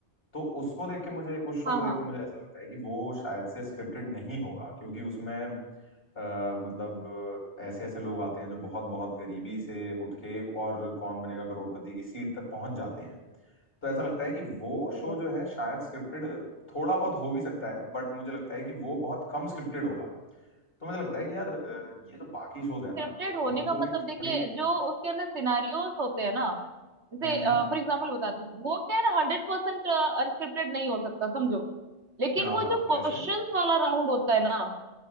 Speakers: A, on the left; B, on the right.
A: तो उसको देख के मुझे उस शो
B: हाँ
A: को
B: हाँ
A: देख के मुझे ऐसा लगता है कि वो शायद से स्क्रिप्टेड नहीं होगा क्योंकि उसमें अ, मतलब ऐसे ऐसे लोग आते हैं जो बहुत बहुत गरीबी से उठ के और कौन बनेगा करोड़पति की सीट तक पहुंच जाते हैं तो ऐसा लगता है कि वो
B: बिल्कुल
A: शो जो है शायद स्क्रिप्टेड थोड़ा बहुत हो भी सकता है बट मुझे लगता है कि वो बहुत कम स्क्रिप्टेड होगा तो मुझे लगता है कि यार अ, ये जो बाकी शोज है ना
B: स्क्रिप्टेड होने
A: इनको
B: का मतलब
A: भी थोड़ी
B: देखिए जो उसके अंदर सिनारियोस होते हैं ना जैसे
A: हम्म हम्म,
B: फॉर एग्जाम्पल बताती हूँ वो क्या है ना हंड्रेड परसेंट अनस्क्रिप्टेड नहीं हो सकता समझो लेकिन
A: हाँ
B: वो
A: हाँ
B: जो
A: कैसे
B: क्वेश्चंस वाला राउंड होता है ना